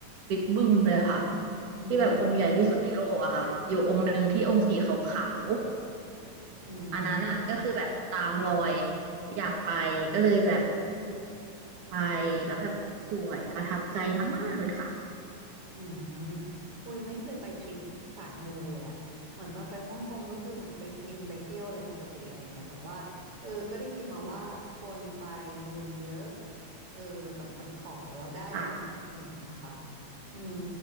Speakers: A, on the right; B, on the right.
A: บิ๊กบึ้มเลยค่ะ
B: อืม
A: ที่แบบองค์ใหญ่ที่สุดในโลกอะค่ะอยู่องค์หนึ่งที่องค์สีขาว
B: อืม
A: อันนั้นอ่ะก็คือแบบตามรอยอยากไปก็เลยแบบไปแล้วแบบสวยประทับใจมากๆเลยค่ะ
B: อืมปุยไม่เคยไปทริปสายมูเลยอะเหมือนตอนไปฮ่องกงก็คือเหมือนไปกินไปเที่ยวอะไรปกติอะไรอย่างเงี้ยแต่ว่าเออก็ได้ยินมาว่าคนไปมูเยอะเออแบบเหมือนขอเราได้กันอะไรอย่างเงี้ยค่ะ
A: ค่ะ
B: อืม